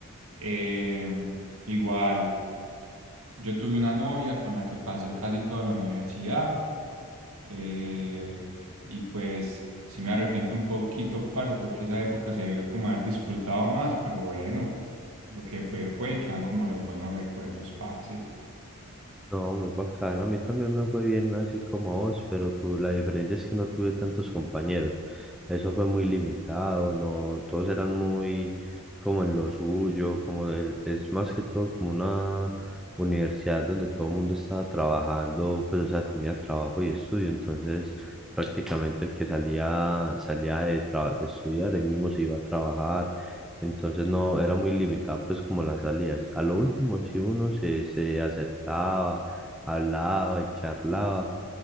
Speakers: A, on the right (about 75°); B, in the centre.
A: Em, igual. Yo tuve una novia con la que pasé casi toda la universidad eh, y pues sí me arrepiento un poquito, parce, porque esa época se vio como haber disfrutado más, pero bueno, lo que fue fue y quedan como los buenos recuerdos, parce.
B: No, muy bacano. A mí también me fue bien así como a vos, pero tú, la diferencia es que no tuve tantos compañeros. Eso fue muy limitado, no, todos eran muy como en lo suyo, como el- es más que todo como una universidad donde todo el mundo estaba trabajando, pues o sea, tenía trabajo y estudio, entonces prácticamente el que salía, salía de, traba- de estudiar, él mismo se iba a trabajar. Entonces no, era muy limitado pues como las salidas. A lo último si uno se, se acercaba hablaba y charlaba,